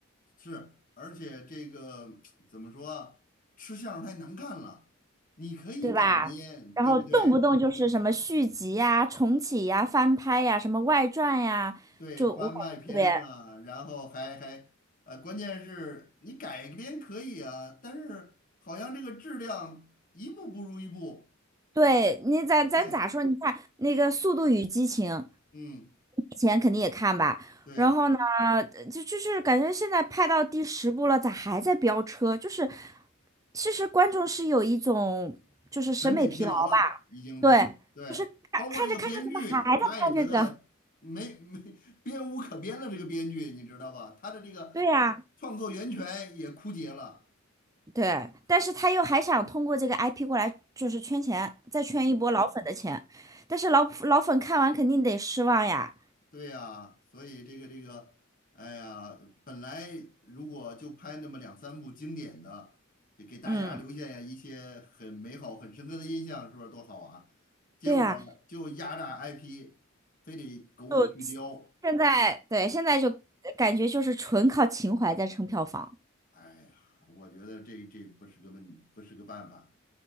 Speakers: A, on the left (about 40°); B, on the right (about 15°).
A: 是，而且这个 <tsk> 怎么说啊，吃相太难看了，你可以改编，
B: 对吧？然后动不动就是什么续集呀、
A: 对不对？
B: 重启呀、翻拍呀、什么外传呀，
A: 对，
B: 就我感觉特别。
A: 翻外篇呐、然后还还呃，关键是你改编可以啊，但是好像这个质量一步不如一步。
B: 对，你咱咱咋说？
A: 对，
B: 你看那个《速度与激情》，
A: 嗯，
B: 以前肯定也看吧。
A: 对。
B: 然后呢，就就是感觉现在拍到第十部了，咋还在飙车？就是其实观众是有一种就是审美疲劳吧？
A: 审美疲劳了，已经是对，
B: 对，就是看看着看着怎么还在拍这个？
A: 包括这个编剧，他也觉得没没编无可编了，这个编剧你知道吧？他的这个
B: 对呀，
A: 创作源泉也枯竭了，
B: 对。但是他又还想通过这个 IP 过来就是圈钱，再圈一波老粉的钱。
A: 嗯，
B: 但是老老粉看完肯定得失望呀。
A: 对呀，所以这个这个，哎呀，本来如果就拍那么两三部经典的，就给大家留下一些很美好、
B: 嗯，
A: 很深刻的印象，是不是多好啊？结果就压榨
B: 对呀，
A: IP，非得狗尾续貂。
B: 就现在，对，现在就感觉就是纯靠情怀在撑票房。
A: 哎呀，我觉得这这不是个问，不是个办法。